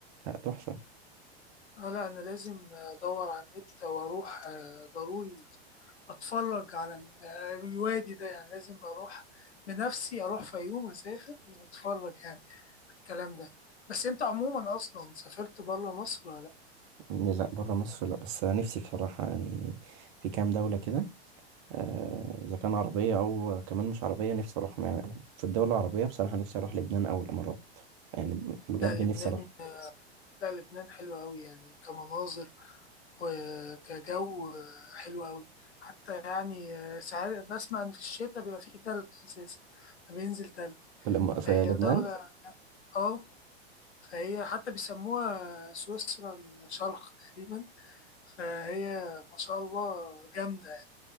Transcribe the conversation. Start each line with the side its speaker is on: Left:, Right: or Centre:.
Right: لا تحفة
Left: اه لا أنا لازم أدور على النت وأروح آه، ضروري اتفرج على ال- الوادي ده يعني لازم اروح بنفسي اروح فيوم اسافر واتفرج يعني الكلام ده بس انت عموما اصلا سافرت بره مصر ولا لا
Right: لا بره مصر لا بس نفسي بصراحة يعني في كام دولة كده آه، إذا كان عربية أو كمان مش عربية نفسي أروح يعني في الدول العربية بصراحة نفسي أروح لبنان أو الإمارات يعني بجد
Left: لا لبنان
Right: نفسي أروح
Left: لا لبنان حلو قوي يعني كمناظر وكجو حلو قوي حتى يعني ساعات بسمع ان في الشتاء بيبقى فيه تلج اساسا بينزل تلج
Right: في الإما-
Left: فهي
Right: في لبنان
Left: دولة يعني اه فهي حتى بيسموها سويسرا الشرق تقريبا فهي ما شاء الله جامدة